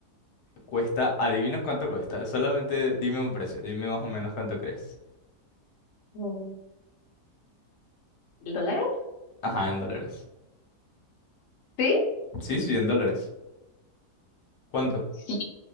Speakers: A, on the left; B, on the left.
A: cuesta, adivina cuánto cuesta, solamente dime un precio, dime más o menos cuánto crees.
B: Mm, ¿Dólares?
A: Ajá, en dólares.
B: ¿Sí?
A: Sí, sí, en dólares. ¿Cuánto?
B: Sí.